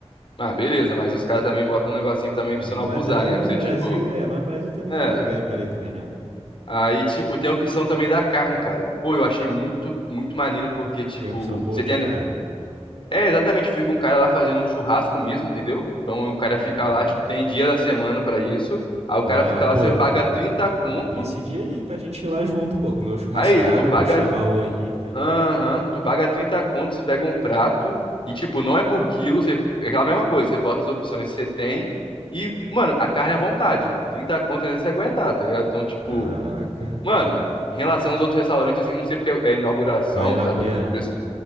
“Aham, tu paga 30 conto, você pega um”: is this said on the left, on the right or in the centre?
Left